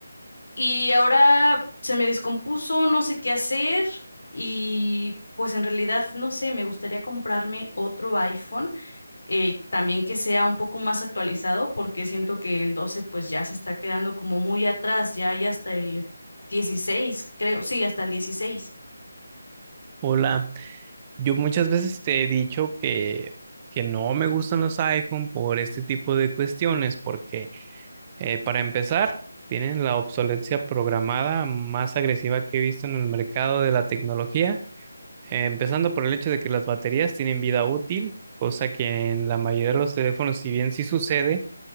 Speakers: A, on the left; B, on the right.
A: Y ahora se me descompuso, no sé qué hacer y pues en realidad no sé, me gustaría comprarme otro iPhone eh, también que sea un poco más actualizado, porque siento que el 12 pues ya se está quedando como muy atrás, ya hay hasta el 16, creo, sí, hasta el 16.
B: Hola, yo muchas veces te he dicho que, que no me gustan los iPhone por este tipo de cuestiones, porque eh, para empezar, tienen la obsolescencia programada más agresiva que he visto en el mercado de la tecnología, eh, empezando por el hecho de que las baterías tienen vida útil, cosa que en la mayoría de los teléfonos, si bien sí sucede,